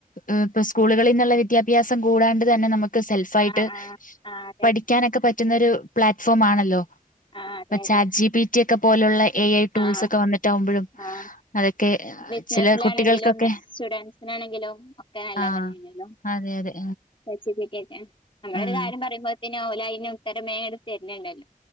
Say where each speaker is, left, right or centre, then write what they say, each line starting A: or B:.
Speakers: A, on the left; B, on the left.
A: ഉം ഇപ്പ സ്കൂളുകളിന്നുള്ള വിദ്യാഭ്യാസം കൂടാണ്ട് തന്നെ നമുക്ക് സെൽഫായിട്ട്
B: ആഹ് ആഹ്
A: പഠിക്കാനൊക്കെ
B: ആഹ് അതെ
A: പറ്റുന്നൊരു പ്ലാറ്റ്ഫോം ആണല്ലോ
B: ആഹ് അതെ
A: പ്പോ ചാറ്റ്
B: അതെ
A: ജി പി ടി ഒക്കെ പോലെയുള്ള എ ഐ ടൂൾസ്
B: ആഹ്
A: ഒക്കെ വന്നിട്ടാവുമ്പോഴും
B: ആഹ്
A: അതൊക്കെ
B: ബിസിനസിലാണെങ്കിലും
A: ചില കുട്ടികൾക്കൊക്കെ
B: സ്റ്റുഡൻസിനാണെങ്കിലും ഒക്കെ നല്ല-
A: ആഹ്
B: തന്നെയണല്ലോ
A: അതെ അതെ
B: ച്ച <unintelligible> നമ്മളൊരു
A: ആഹ്
B: കാര്യം പറയുമ്പോത്തിന് ഓലയിന് ഉത്തരം മേം തരണണ്ടല്ലോ